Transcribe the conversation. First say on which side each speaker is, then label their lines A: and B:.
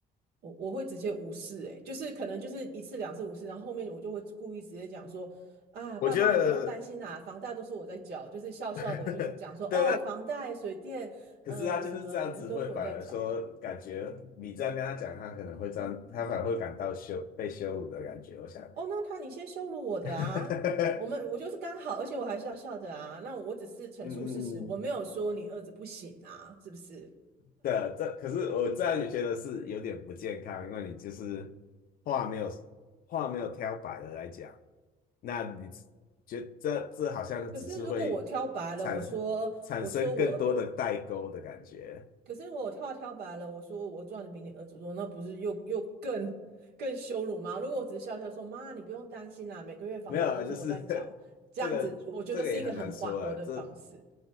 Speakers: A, on the right; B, on the left.
A: 我我会直接无视、欸，诶，就是可能就是一次两次无视，然后后面我就会故意直接讲说啊，爸妈你不用担心啦、
B: 我觉得，
A: 房贷都是我在缴，就是笑笑的，
B: <laughs>
A: 就是讲说哦，
B: 对，
A: 房贷、水电，
B: 可是他就是这样子，
A: 嗯、什么都是我在缴，
B: 会反而说感觉你这样跟他讲，他可能会这样，他反而会感到羞被羞辱的感觉。我想，
A: 哦，那他你先羞辱我的啊！
B: <laughs>
A: 我们我就是刚好，而且我还笑笑的啊。那我只是陈述事实，
B: 嗯嗯嗯，
A: 我没有说你儿子不行啊，是不是？
B: 对啊，这可是我这样也觉得是有点不健康，因为你就是话没有话没有挑白的来讲，那你觉这这好像只是会
A: 可是如果我挑白了，
B: 产生产生更多的代沟的感觉，
A: 我说我说我我，可是我挑挑白了，我说我赚的比你儿子多，那不是又又更更羞辱吗？如果我只是笑笑说妈，你不用担心啦、每个月房贷都是我在缴，
B: 没有啊，就是 <laughs>
A: 这样子我觉得是一个很缓和的方式。
B: 这个这个也很难说啊，这。